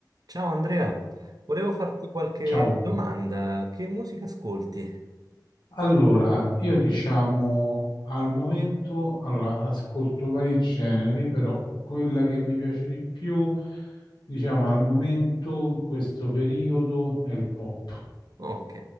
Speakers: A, on the right (about 55°); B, on the left (about 75°).
A: Ciao Andrea, volevo farti qualche
B: Ciao,
A: domanda. Che musica ascolti?
B: allora io diciamo al momento, allora, ascolto vari generi, però quella che mi piace di più, diciamo al momento, in questo periodo, è il pop,
A: Ok,